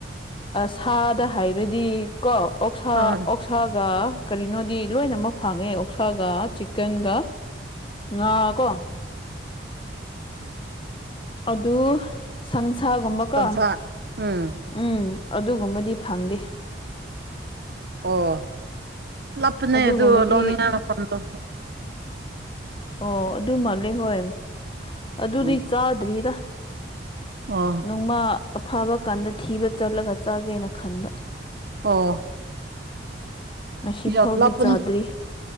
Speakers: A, on the left; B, on the right.
A: ꯁꯥꯗ ꯍꯥꯏꯔꯗꯤ ꯀꯣ ꯑꯣꯛꯁꯥ
B: ꯑ
A: ꯑꯣꯛ ꯑꯣꯛꯁꯥꯒ ꯀꯔꯤꯅꯣꯗꯤ ꯂꯣꯏꯅꯃꯛ ꯐꯥꯡꯉꯦ ꯑꯣꯛꯁꯥꯒ ꯆꯤꯛꯀꯟꯒ ꯉ ꯀꯣ ꯑꯗꯨ ꯁꯪꯁꯥꯒꯨꯝꯕꯀꯣ
B: ꯁꯟꯁꯥ ꯎꯝ
A: ꯎꯝ ꯑꯗꯨꯒꯨꯝꯕꯗꯤ ꯐꯪꯗꯦ
B: ꯑꯣ ꯂꯞꯄꯅꯦ
A: ꯑꯗꯨꯒꯨꯝꯕꯗꯤ
B: ꯑꯗꯨ ꯂꯧꯅꯤꯡꯉꯥꯏ ꯃꯐꯝꯗꯣ
A: ꯑꯣ ꯑꯗꯨ ꯃꯥꯜꯂꯦ ꯍꯣꯏ ꯑꯗꯨꯗꯤ
B: ꯎꯝ
A: ꯆꯥꯗ꯭ꯔꯤꯗ
B: ꯑꯣ
A: ꯅꯣꯡꯃꯥ ꯑꯐꯥꯕ ꯀꯥꯟꯗ ꯊꯤꯕ ꯆꯠꯂꯒ ꯆꯥꯒꯦꯅ ꯈꯟꯕ
B: ꯑꯣ
A: ꯉꯁꯤ
B: ꯌꯥꯝ
A: ꯐꯥꯎꯗꯤ
B: ꯂꯥꯞꯄꯅꯤ
A: ꯆꯥꯗ꯭ꯔꯤ